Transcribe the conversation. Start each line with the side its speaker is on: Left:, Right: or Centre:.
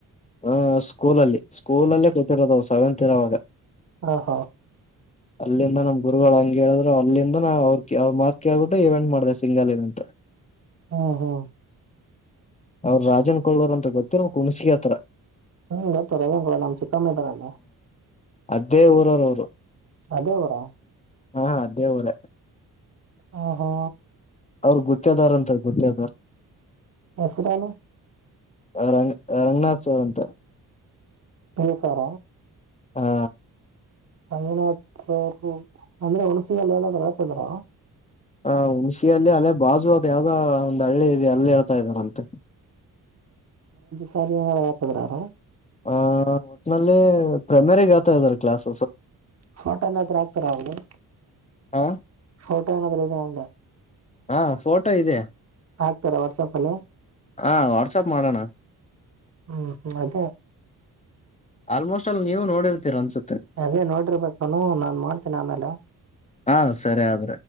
Left: ಹ ಸ್ಕೂಲಲ್ಲಿ ಸ್ಕೂಲಲ್ಲೇ ಕೊಟ್ಟಿರೋದು ಸೆವೆಂತ್ ಇರೋವಾಗ
Right: ಹಾ ಹಾ
Left: ಅಲ್ಲಿಂದ ನಮ್ ಗುರುಗಳು ಹಂಗ ಹೇಳಿದ್ರು ಅಲ್ಲಿಂದ ಅವ್ರ ಅವ್ ಮಾತತ್ ಕೇಳ್ಬಿಟ್ಟು ಇವೆಂಟ್ ಮಾಡಿದೆ ಸಿಂಗಲ್ ಇವೆಂಟ್ <unintelligible>
Right: ಹಾ ಹಾ
Left: ಅವ್ರ ರಾಜನ್ ಕೊಳರ್ ಅಂತ ಗೊತ್ತಿರ್ ಕುಣಸಗ ಹತ್ರ
Right: ಹ್ಮ್ ಬತ್ತು ರ ಕೊಡ ನಮ್ಮ ಚಿಕಾ ಮಾಡ ಇದ್ದಾರೆಲ್ಲ
Left: ಅದ್ದೇ ಊರರ ಅವರು
Right: ಅದೇ ಅವರಾ
Left: ಹಾ ಅದೇ ಊರ
Right: ಹ ಹಾ
Left: ಅವ್ರ ಗತ್ಯದಾರ ಅಂತ ಗತ್ಯದಾರ್
Right: ಹೆಸರೇನು
Left: ರಂಗ್ ರಂಗನಾಥ್ ಸರ್ ಅಂತ
Right: ಹಸಾರ
Left: ಹಾ
Right: ರಂಗನಾಥ ಅವರು ಅಂದ್ರೆ ಹುಣಸಿಗೆಲ್ಲ ಎಲ್ಲಾದರು ರಾಜಂದ್ರ
Left: ಹ ಹುಣ್ಸಲ್ಲಿ ಅಲ್ಲೇ ಬಾಜು ಅದು ಯಾವ್ದ ಒಂದ್ ಹಳ್ಳಿ ಇದೆ ಅಲ್ಲಿ ಹೇಳ್ತಾ ಇದ್ದಾರಂತೆ <inaudible>
Right: ಸಾಲಿ ಏ್ ಹಳ್ತದ್ರಾರ
Left: ಆ ಒಟ್ನಲ್ಲಿ ಪ್ರೈಮರಿಗ್ ಆತಾ ಇದಾರೆ ಕ್ಲಾಸ್
Right: ಫೋಟೋ ಎಲ್ಲಾದ್ರ ಆಗ್ತಾರ ಅವದು
Left: ಹ
Right: ಫೋ ದ ಅಂತ
Left: ಹಾ ಫೋಟೋ ಇದೆ
Right: ಆಾಗ್ತಾರಾ ವಾಟ್ಸಾಪ್ ಅಲ್ಲ
Left: ಹಾ ವಾಟ್ಸಪ್ ಮಾಡೋಣ
Right: ಹ್ಮ್ ಹ್ಮ್ ಅದೇ
Left: ಆಲ್ಮೋಸ್ಟ್ ಅಲ್ಲಿ ನೀವು ನೋಡಿರ್ತಿೀರ ಅನ್ಸುತ್ತೆ
Right: ಅದೇ ನೋಡ್ರಿಬೇಕ ನಾನ್ ಮಾಡೋಡ್ತೇನ ಆಮೇಲೆ
Left: ಹಾ ಸರಿ ಆದ್ರೆ